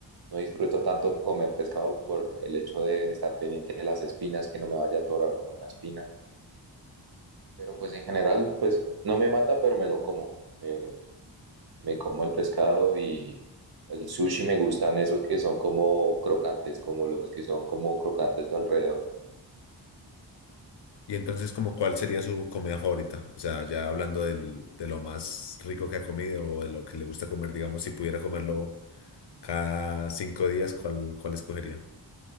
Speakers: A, on the right (about 50°); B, on the left (about 65°).
A: No disfruto tanto comer pescado por el hecho de estar pendiente de las espinas, que no me vaya a atorar con una espina. Pero pues en general, pues no me mata, pero me lo como. Me, me como el pescado y el sushi me gustan esos que son como crocantes, como los que son como crocantes alrededor.
B: Y entonces, como cuál sería su comida favorita? O sea, ya hablando del- de lo más rico que ha comido o de lo que le gusta comer, digamos, si pudiera comerlo Cada cinco días, ¿cuál, cuál escogería?